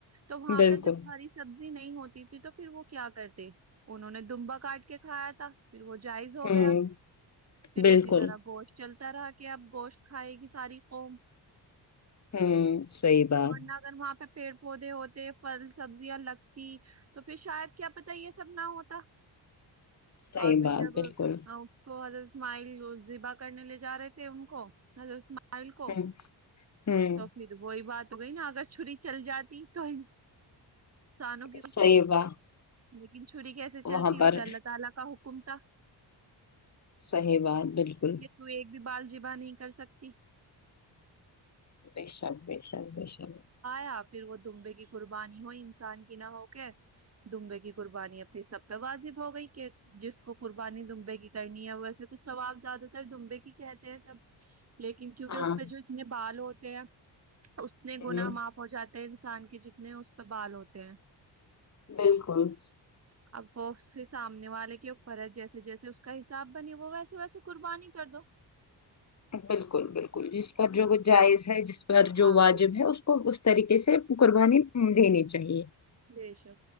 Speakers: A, on the right; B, on the left.
A: تو وہاں
B: بالکل
A: پہ جب ہری سبزی نہیں ہوتی تھی تو پھر وہ کیا کرتے انہوں نے دمبا کاٹ کے کھایا تھا پھر وہ جائز ہو
B: ہوں
A: گیا پھر اسی
B: بالکل
A: طرح گوشت چلتا طرح کے آپ گوشت کھائے گی ساری قوم
B: ہوں صحیح بات
A: ورنہ اگر وہاں پہ پیڑ پودے ہوتے پھل سبزیاں لگتی تو پھر شاید کیا پتا یہ سب نہ ہوتا
B: صحیح
A: اور پھر
B: بات
A: جب
B: بالکل
A: اوس تو حضرت اسماعیل ذبہ کرنے لے جا رہے تھے ان کو حضرت اسماعیل ل کو
B: ہوں ہوں
A: تو پھر وہی بات ہو گئی نا اگر چھری چل جاتی تو ان تھانوں کی
B: صحیح بات
A: لیکن چھری کیسے چلتی
B: وہاں
A: ہے
B: پر
A: حسین اللہ تعالی کا حکم تھا
B: صحیح بات بالکل
A: کہ تو ایک بھی بال جیبا نہیں کر سکتی
B: بےشک بےشک بےشک
A: یا پھر وہ دمبے کی قربانی ہوئی انسان کی نہ ہو کے دمبے کی قربانی اب پھر سب پہ واجب ہو گئی کہ جس کو قربانی دمبے کی کرنی ہے ویسے تو سواب زیادہ تر دمبے کی کہتے ہیں سب لیکن کیونکہ
B: ہاں
A: اس پہ جو اتنے بال ہوتے ہیں اتنے گنااہ
B: ہوں
A: معاف ہو جاتے ہیں انسان کے جتنے اس پہ بال ہوتے ہیں
B: بالکل
A: اب وہ اس کے سامنے والے کی اوپر ہے جیسے جیسے اس کا حساب بنے وہ ویسے ویسے قربانی کر دو
B: بالکل بالکل جس پر جو وہ جائز ہے جس پر جو
A: ہاں
B: واجب
A: بالکل
B: ہے اس کو طریقے سے قربانی دینی چاہیے
A: بے شک